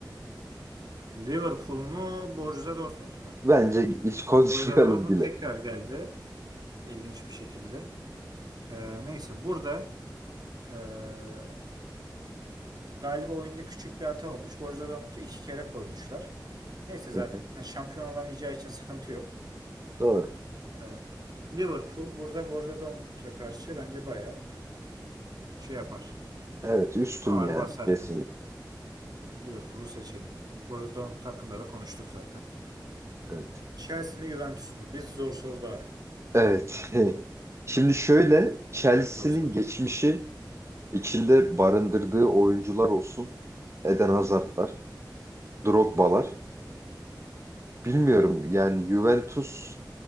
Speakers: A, on the right; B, on the right.
A: Liverpool mu Borussia Dortmund mu?
B: Bence hiç konuşmayalım
A: Borussia Dortmund
B: bile.
A: tekrar geldi. İlginç bir şekilde. Ee, neyse burada ee, galiba oyunda küçük bir hata olmuş. Borussia Dortmund'u iki kere koymuşlar. Neyse zaten
B: Hı hı.
A: şampiyon olamayacağı için sıkıntı yok.
B: Doğru.
A: Ee, Liverpool burada Borussia Dortmund'a karşı bence bayağı şey yapar.
B: Evet üstün
A: Ağır
B: yani
A: basar
B: kesinlikle.
A: yani. Liverpool'u seçelim. Borussia Dortmund hakkında da konuştuk zaten.
B: Evet.
A: Chelsea mi Juventus mu? Bir zor soru daha.
B: Evet. <laughs> Şimdi şöyle Chelsea'nin
A: Zor soru.
B: geçmişi içinde barındırdığı oyuncular olsun. Eden Hazard'lar, Drogba'lar.
A: Hı hı.
B: Bilmiyorum yani Juventus